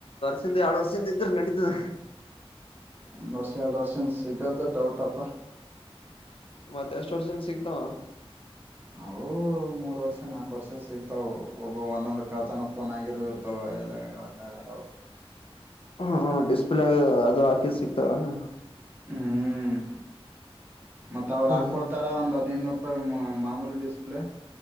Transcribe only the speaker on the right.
ಒಂದು ವರ್ಷ ಎರಡು ವರ್ಷಂದ ಸಿಗದೆ ಡೌಟಪ್ಪ.
ಅವು <unintelligible> ಮೂರ್ ವರ್ಷ ನಾಲ್ಕು ವರ್ಷ ಸಿಗ್ತಾವ ಒಬ್ಬ ಒಂದೊಂದ್ ಕಳ್ಳತನ ಫೋನ್ ಆಗಿರು ಇರ್ತಾವ ಎಲ್ಲ ಹೇಳಕ್ಕ್ ಆಗಲ್ಲ ಅವು.
ಹ್ಮ್ ಮತ್ತ ಅವ್ರು ಹಾಕೊಡ್ತಾರ
ಒಂದ್ ಹದಿನೈದುನೂರು ರೂಪಾಯಿ ಮಾಮೂಲಿ ಡಿಸ್ಪ್ಲೇ.